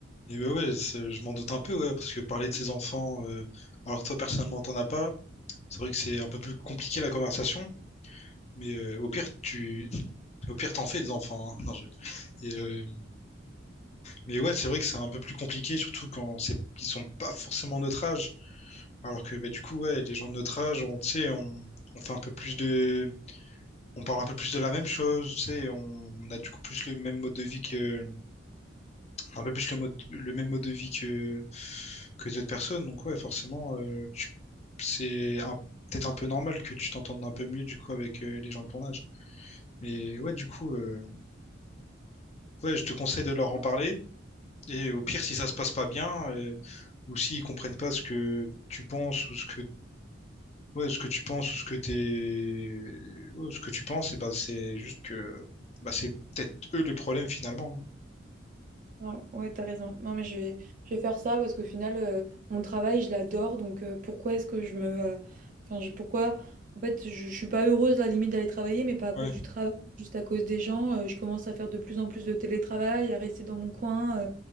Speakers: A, on the left; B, on the right.
A: Et bah ouais, c'est- je m'en doute un peu, ouais, parce que parler de ses enfants, euh, alors que toi personnellement t'en as pas, c'est vrai que c'est un peu plus compliqué la conversation, mais euh, au pire tu, <laughs> au pire t'en fais des enfants. hein. Non, je- Et, euh, Mais ouais, c'est vrai que c'est un peu plus compliqué, surtout quand c'est, ils sont pas forcément notre âge, alors que bah du coup ouais, les gens de notre âge, on, tu sais, on, on fait un peu plus de, on parle un peu plus de la même chose, tu sais, on, on a du coup plus le même mode de vie que un peu plus le mode, le même mode de vie que, que d'autres personnes. Donc ouais, forcément, euh, tu- c'est un- peut-être un peu normal que tu t'entendes un peu mieux du coup avec euh, les gens de ton âge. Mais ouais, du coup, euh, ouais, je te conseille de leur en parler. Et au pire, si ça se passe pas bien, euh, ou s'ils comprennent pas ce que tu penses ou ce que ouais, ce que tu penses ou ce que t'es ouais, ce que tu penses, et bah c'est juste que bah c'est peut-être eux le problème finalement.
B: Non, ouais, t'as raison. Non, mais je vais, je vais faire ça parce qu'au final, euh, mon travail, je l'adore. Donc, euh, pourquoi est-ce que je me. euh, Enfin, je, pourquoi. En fait, je, je suis pas heureuse, à la limite, d'aller travailler, mais pas à
A: hein.
B: cause du
A: Ouais.
B: travail, juste à cause des gens. Euh, je commence à faire de plus en plus de télétravail, à rester dans mon coin. euh,